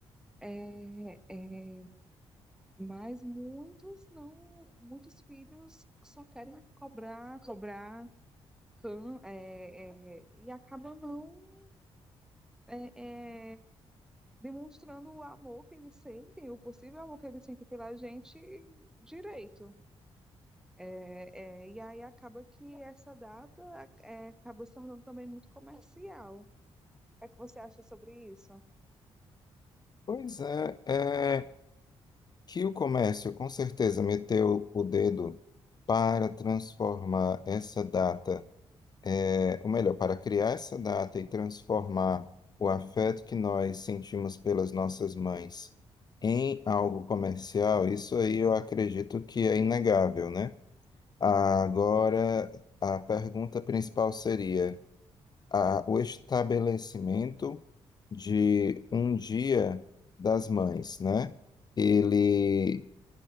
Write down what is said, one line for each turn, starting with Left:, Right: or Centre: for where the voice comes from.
Centre: É, é, mas muitos não, muitos filhos só querem cobrar, cobrar, can- é, é, e acabam não é, é, demonstrando o amor que eles sentem, o possível amor que eles sentem pela gente direito. É, é, e aí acaba que essa data é, acaba se tornando também muito comercial. O que é que você acha sobre isso?
Left: Pois é, é. que o comércio com certeza meteu o dedo para transformar essa data, é, ou melhor, para criar essa data e transformar o afeto que nós sentimos pelas nossas mães em algo comercial, isso aí eu acredito que é inegável, né? Agora, a pergunta principal seria a- o estabelecimento de um dia das mães, né? Ele